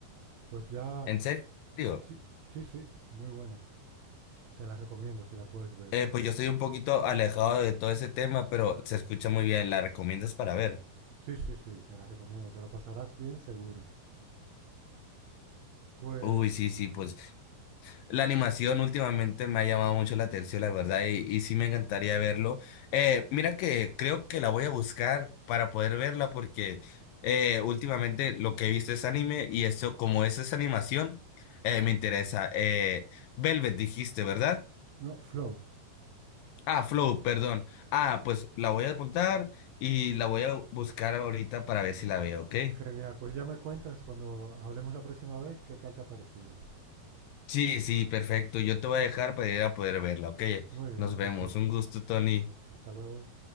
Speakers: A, on the right; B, on the left.
A: Pues ya,
B: ¿En serio?
A: sí, sí, sí, muy bueno Te la recomiendo si la puedes ver.
B: Eh, pues yo estoy un poquito alejado de todo ese tema, pero se escucha muy bien. ¿La recomiendas para ver?
A: Sí, sí, sí, te la recomiendo. Te lo pasarás bien seguro. Pues,
B: Uy, sí, sí, pues. La animación últimamente me ha llamado mucho la atención, la verdad, y, y sí me encantaría verlo. Eh, mira que creo que la voy a buscar para poder verla porque eh, últimamente lo que he visto es anime y eso, como es esa animación, eh, me interesa. Eh, Velvet dijiste, ¿verdad?
A: no, Flow.
B: Ah, Flow, perdón. Ah, pues la voy a apuntar y la voy a buscar ahorita para ver si la veo, ¿ok?
A: Genial. Pues ya me cuentas cuando hablemos la próxima vez qué tal te ha parecido.
B: Sí, sí, perfecto. Yo te voy a dejar para ir a poder verla, ¿ok?
A: Muy bien,
B: Nos
A: perfecto.
B: vemos. Un gusto, Tony.
A: Hasta luego.